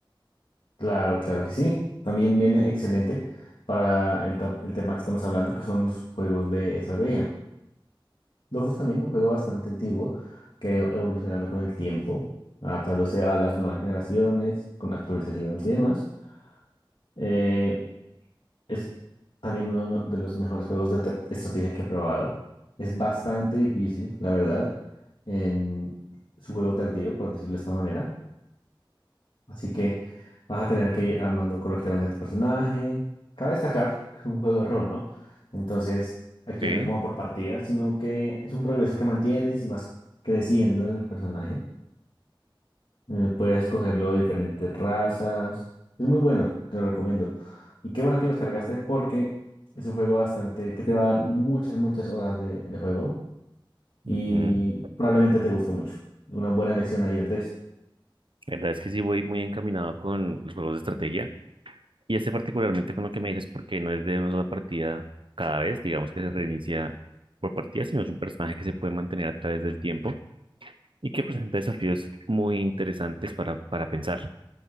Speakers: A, on the left (about 70°); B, on the right (about 75°).
A: Claro, claro que sí. También viene excelente para el, to- el tema que estamos hablando, que son los juegos de estrategia. Dofus también, un juego bastante antiguo que ha ido evolucionando con el tiempo, adaptándose a las nuevas generaciones, con actualizaciones y demás. Eh, Es también uno no- de los mejores juegos de tra- estrategia que he probado. Es bastante
B: Ujú.
A: difícil, la verdad, en su juego tardío, por decirlo de esta manera. Así que vas a tener que ir armando correctamente a tu personaje. Cabe destacar que es un juego de rol, ¿no? Entonces, aquí
B: Ok.
A: no es como por partida, sino que es un progreso que mantienes y vas creciendo en el personaje. Eh, puedes escogerlo de diferentes razas. Es muy bueno, te lo recomiendo. Y qué bueno que lo descargaste porque es un juego bastante que te va a dar muchas, muchas horas de, de juego y
B: Ujú.
A: probablemente te guste mucho. Una buena elección ahí, Andrés.
B: La verdad es que sí voy muy encaminado con los juegos de estrategia. Y este particularmente con lo que me dices, porque no es de una sola partida cada vez, digamos que se reinicia por partida, sino es un personaje que se puede mantener a través del tiempo y que presenta desafíos muy interesantes para, para pensar